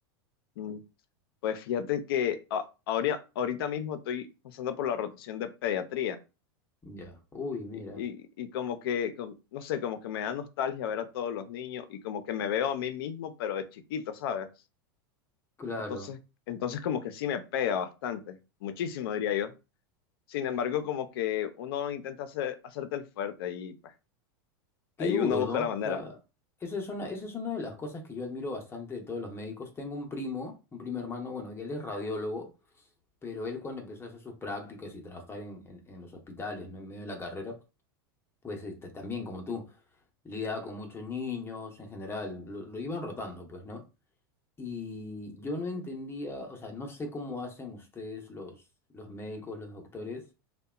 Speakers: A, on the left; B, on the left.
A: mm, Pues fíjate que a- ahora, ahorita mismo estoy pasando por la rotación de pediatría.
B: Ya, uy, mira,
A: Y, y- y como que, com- no sé, como que me da nostalgia ver a todos los niños y como que me veo a mí mismo, pero de chiquito, ¿sabes?
B: claro.
A: Entonces, entonces como que sí me pega bastante, muchísimo diría yo. Sin embargo, como que uno intenta hacer, hacerte el fuerte y pues,
B: Qué
A: ahí
B: duro,
A: uno busca
B: ¿no?
A: la
B: O
A: manera.
B: sea, eso es una, eso es una de las cosas que yo admiro bastante de todos los médicos. Tengo un primo, un primo hermano, bueno, que él es radiólogo, pero él cuando empezó a hacer sus prácticas y trabajar en, en- en los hospitales, ¿no? En medio de la carrera, pues este, también, como tú, lidiaba con muchos niños en general, lo, lo iban rotando, pues, ¿no? Y yo no entendía, o sea, no sé cómo hacen ustedes los, los médicos, los doctores